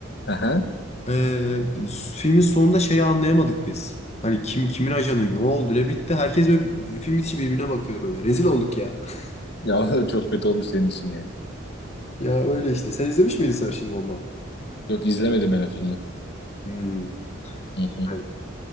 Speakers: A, on the left (about 55°); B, on the left (about 30°).
A: Aha.
B: Ee, filmin sonunda şeyi anlayamadık biz. Hani kim kimin ajanı ne oldu ne bitti. Herkes böyle film içi birbirine bakıyordu böyle. Rezil olduk ya. <laughs>
A: Ya <laughs> çok kötü olmuş senin için yani.
B: Ya öyle işte. Sen izlemiş miydin Sarışın Bomba?
A: Yok izlemedim ben o filmi.
B: Hmm.
A: Hı hı.
B: Evet.